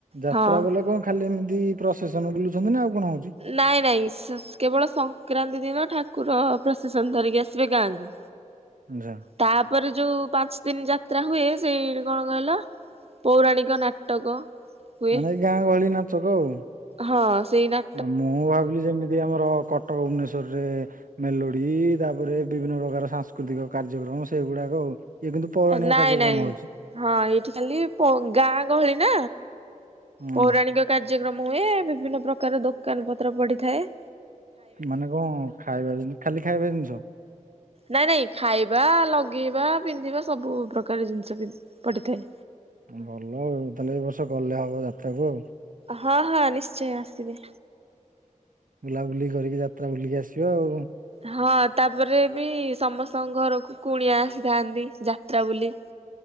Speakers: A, on the right (about 80°); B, on the right (about 45°).
A: ଯାତ୍ରା
B: ହଁ।
A: ବୋଲେ କଁ ଖାଲି ଏମିତି ପ୍ରଶେସନ୍ ବୁଲୁଛନ୍ତି ନା ଆଉ କଣ ହଉଚି?
B: ନାଇଁ ନାଇଁ କେବଳ ସଂକ୍ରାନ୍ତି ଦିନ ଠାକୁର ପ୍ରସେସନ୍ ଧରିକି ଆସିବେ ଗାଁ କୁ।
A: <unintelligible>
B: ତାପରେ ଯୋଉ ପାଞ୍ଚ ଦିନ ଯାତ୍ରା ହୁଏ ସେଇ କଣ କହିଲ ପୌରାଣିକ ନାଟକ ହୁଏ।
A: ମାନେ ଗାଁ ଗହଳି ନାଚକ ଆଉ।
B: ହଁ ସେଇ ନା
A: ହଁ ମୁଁ ଭାବିଲି ଯେମିତି ଆମର କଟକ ଭୁବନେଶ୍ଵରରେ ମେଲୋଡ଼ି ତାପରେ ବିଭିନ୍ନ ପ୍ରକାର ସାଂସ୍କୃତିକ କାର୍ଯ୍ୟକ୍ରମ ସେଗୁଡ଼ାକ ଆଉ। ଇଏ କିନ୍ତୁ ପୌରାଣିକ
B: ନାଇଁ
A: କାର୍ଯ୍ୟକ୍ରମ
B: ନାଇଁ
A: ହଉଛି।
B: ହଁ ଏଇଠି ଖାଲି ପୌ ଗାଁ ଗହଳି ନା
A: ହୁଁ
B: ପୌରାଣିକ କାର୍ଯ୍ୟକ୍ରମ ହୁଏ, ବିଭିନ୍ନ ପ୍ରକାର ଦୋକାନ ପତ୍ର ପଡ଼ିଥାଏ।
A: ମାନେ କଣ ଖାଇବା ଖାଲି ଖାଇବା ଜିନିଷ?
B: ନାଇଁ ନାଇଁ ଖାଇବା, ଲଗେଇବା, ପିନ୍ଧିବା ସ ସବୁ ପ୍ରକାର ଜିନିଷ ବି ପଡ଼ିଥାଏ।
A: ଭଲ ଆଉ ତାହେଲେ ଏ ବର୍ଷ ଗଲେ ହବ ଯାତ୍ରାକୁ ଆଉ।
B: ହଁ ହଁ ନିଶ୍ଚୟ ଆସିିବେ।
A: ବୁଲାବୁଲି କରିକି ଯାତ୍ରା ବୁଲିକି ଆସିବା ଆଉ।
B: ହଁ ତାପରେ ବି ସମସ୍ତଙ୍କ ଘରକୁ କୁଣିଆ ଆସିଥାନ୍ତି, ଯାତ୍ରା ବୋଲି।